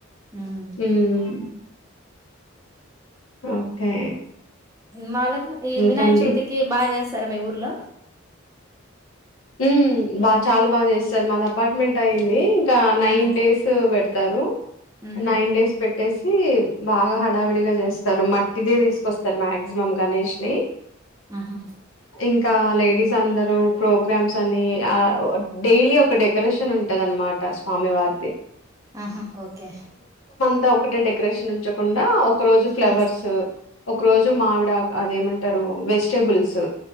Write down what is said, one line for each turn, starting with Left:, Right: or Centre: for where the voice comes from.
Right: ఉమ్
Left: <unintelligible> <inaudible> ఓకే
Right: మాలత్ ఈ
Left: ఇంకండి?
Right: వినాయక చవితికి బాజేస్ స్తరా మీ ఊర్లో?
Left: మ్మ్ బాగ్ చాలా బాగ చేస్తరు మాది అపార్ట్మెంట్ అయ్యింది. ఒక
Right: ఉమ్
Left: నైన్ డేస్ పెడుత్ తారు
Right: ఉహు
Left: నైన్ డేస్ పెట్ పెట్టేసి బాగా హడావిడిగా చేస్తారు. మట్టిదే తీసుకొస్తారు మాక్సిమం గణేష్ నీ
Right: ఆహా
Left: ఇంకా లేడీస్ అందరూ ప్రోగ్ గ్రామ్స్ అని ఆ ఓ డైలీ ఒక డెకరేషన్ ఉంటది అన్నమాట స్వామి వారిది.
Right: ఆ హా ఓకే
Left: తా ఒకటే డెకరేషన్ ఉంచం కుండా ఒక రోజు ఫ్లవర్స్
Right: ఉమ్,
Left: ఒక రోజు మామిడాక్ అదేమంటారు వెజిటబుల్స్